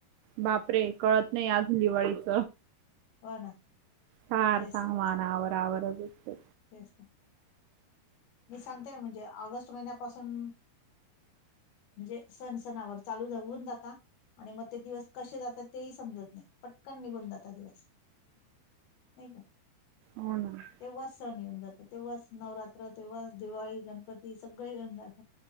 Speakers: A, on the right; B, on the left.
A: बापरे! कळत नाही आजून दिवाळीच,
B: हो ना
A: फार
B: तेच
A: सामान
B: तर,
A: आवारा-आवर नुसतं.
B: तेच ते. मी सांगते ना म्हणजे, ऑगस्ट महिन्यापासून म्हणजे सण -सणावर चालू हूंन जाता, आणि मग ते दिवस, कसे जातात तेही समजत नाही. पटकन निघून जाता दिवस, नाही का?
A: हो ना.
B: तेव्हाच येऊन जात, तेव्हाच नवरात्र, तेव्हाच दिवाळी, गणपती सगळे येऊन जातात.